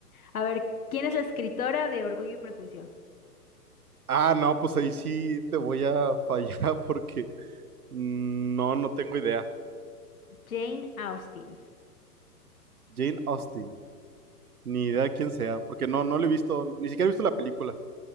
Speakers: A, on the left; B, on the right.
A: a ver, ¿quién es la escritora de Orgullo y Prejuicio?
B: Ah, no, pues ahí sí te voy a fallar <laughs> porque mm, no, no tengo idea.
A: Jane Austen.
B: Jane Austen, ni idea de quién sea, porque no, no lo he visto, ni siquiera he visto la película,